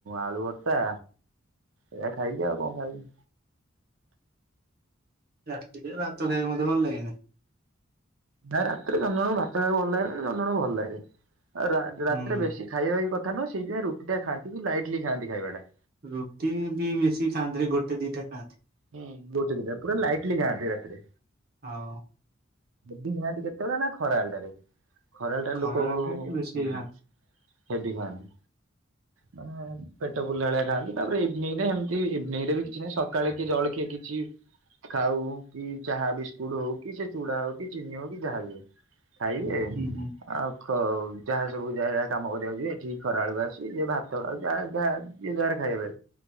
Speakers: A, on the right; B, on the right.
A: ଆଳୁ ଭାର୍ତ୍ତା ଏଇଆ ଖାଇଲି ଆଉ କଣ ଖାଇବି?
B: ରାତିରେ ଭାତ ଖାଇଆକୁ ମୋତେ ଭଲ ଲାଗେନି।
A: ନାଇଁ ରାତିରେ ଜଣ ଜଣଙ୍କୁ ଭାତ ଖାଇବାକୁ ଭଲ ଲାଗେନି ଜଣ ଜଣଙ୍କୁ ଭଲ ଲାଗେ ଆଉ ରାତ
B: ହୁଁ।
A: ରାତିରେ ବେଶୀ ଖାଇବା ବି କଥା ନୁହଁ ସେଇଥିପାଇଁ ରୁଟିଟା ଖାଆନ୍ତି କି ଲାଇଟ୍ଲି ଖାଆନ୍ତି ଖାଇବାଟା।
B: ରୁଟି ବି ବେଶୀ ଖାଆନ୍ତିନି ଗୋଟେ ଦିଟା ଖାଆନ୍ତି।
A: ହୁଁ ଗୋଟେ ଦିଟା ପୁରା ଲାଇଟ୍ଲି ଖାଆନ୍ତି ରାତିରେ।
B: ଆଉ
A: ହେବି ଖାଆନ୍ତି କେତେବେଳେ ନାଁ ଖରା ବେଳଟାରେ ଖରାଳଟାରେ
B: ଖରାବେଳ
A: ଲୋକ ହୁଁ
B: ଟା
A: ହୁଁ
B: ଟିକେ ବେଶୀ
A: ହୁଁ।
B: ଖାଆନ୍ତି
A: ହେବି ଖାଆନ୍ତି। ମାନେ ପେଟ ପୁରିଲା ଭଳିଆ ଖାଆନ୍ତି ତାପରେ ଇଭିନିଂରେ ଏମିତି ଇଭିନିଂରେ ବି କିଛି ନାହିଁ ସକାଳେ କି ଜଳଖିଆ କିଛି ଖାଉ କି ଚାହା ବିସ୍କୁଟ ହଉ କି ସେ ଚୁଡା ହଉ କି ଚିନି ହଉ କି ଯାହା ବି ହଉ। ଖାଇବେ?
B: ହୁଁ ହୁଁ।
A: ଆଉ ଖ ଯାହା ସବୁ ଯାହା ଯାହା କାମ କରିଆକୁ ଯିବେ ଏଠି ଖରାବେଳୁକୁ ଆସିକି ଭାତ ଆଉ ଯାହା ଯାହା ଇଏ ଯୁଆଡେ ଖାଇବେ